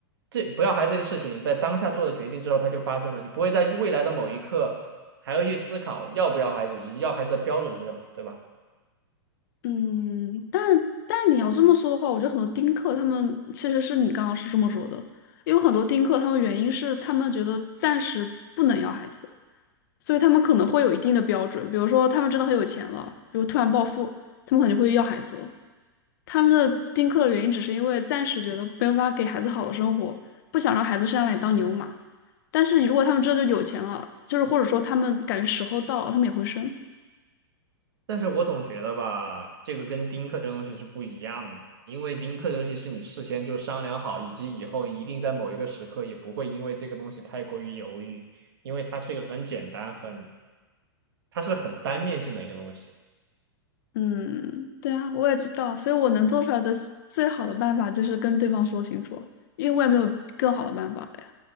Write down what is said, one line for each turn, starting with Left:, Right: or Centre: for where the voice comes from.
Right: 这不要孩子这个事情在当下做的决定之后，它就发生了，你不会在未来的某一刻还要去思考要不要孩子，以及要孩子的标准是什么，对吧？
Left: 嗯，但但你要这么说的话，我觉得很多丁克他们其实是你刚刚是这么说的，有很多丁克他们原因是他们觉得暂时不能要孩子，所以他们可能会有一定的标准，比如说他们真的很有钱了，比如突然暴富，他们可能就会要孩子了。他们的丁克的原因只是因为暂时觉得没有办法给孩子好的生活，不想让孩子生下来当牛马。但是如果他们真的就有钱了，就是或者说他们感觉时候到了，他们也会生。
Right: 但是我总觉得吧，这个跟丁克这个东西是不一样的，因为丁克这东西是你事先就商量好，以及以后一定在某一个时刻也不会因为这个东西太过于犹豫，因为它是一个很简单、很它是很单面性的一个东西。
Left: 嗯，对啊，我也知道，所以我能做出来的最好的办法就是跟对方说清楚，因为我也没有更好的办法了呀。